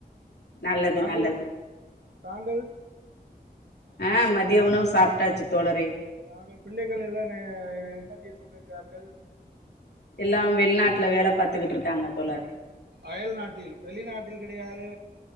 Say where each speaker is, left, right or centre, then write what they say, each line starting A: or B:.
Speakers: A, on the left; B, on the right.
A: நல்லது
B: தாங்கள்
A: நல்லது
B: தாங்கள்
A: ஆ மதிய உணவு சாப்பிட்டாச்சு தோழரே
B: தாங்கள் பிள்ளைகள் எல்லாம் என்ன செய்து கொண்டிருக்கிறார்கள்
A: எல்லாம் வெளிநாட்ல வேல பாத்துக்கிட்டு இருக்காங்க தோழரே
B: அயல் நாட்டில் வெளிநாட்டில் கெடையாது